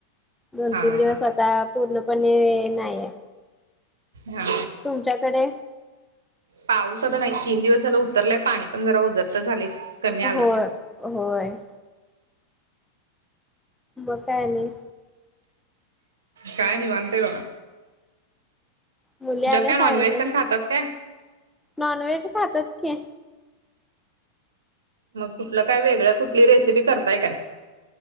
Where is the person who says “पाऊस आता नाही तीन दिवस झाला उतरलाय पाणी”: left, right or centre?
Right